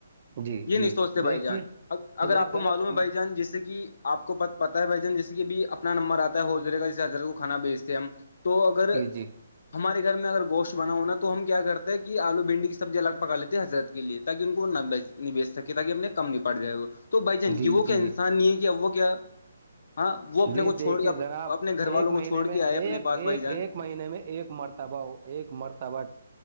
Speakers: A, on the right; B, on the left.
A: جی
B: یہ
A: جی
B: نہیں سوچتے بھائی
A: دیکھیے
B: جان
A: تو
B: اگر
A: دیکھ
B: آپ کو
A: غلط
B: معلوم ہے بھائی جان جس سے جیسے کہ آپ کو پ پت ہے بائی جن جیسے کہ بھی اپنا نمبر آتا ہے ہوزر کا جیے حضر کو کھانا بیچتے ہیں ہم <unintelligible> تو اگر
A: جی جی
B: ہمارے گھر میں اگر گشت بنا ہوناا تو ہم کیا کرتے ہیں کہ آلو بھنڈی کی سبزی الگ پکا لیتے ہیں حضرت کے لیے تاکہ ان کو نہ بی نہیں بیچ سکے تاکہ ان نے کم نہیں پڑ جائے وہ تو بھائی جان
A: جی
B: یہ وہ
A: جی
B: کیا انسان نہیں ہے کیا وہ کیا ہاں وہ اپنے
A: جی
B: کو
A: دیکھیے
B: چھوڑ کے
A: جناب
B: اپنے گھر
A: ایک
B: والوں
A: مہینے
B: کو چھوڑ
A: میں
B: کے آئے اپنے
A: ایک
B: پاس
A: <unintelligible> ایک
B: بھائی جان
A: ایک مہینے میں ایک مرتبہ ہو ایک مرتبہ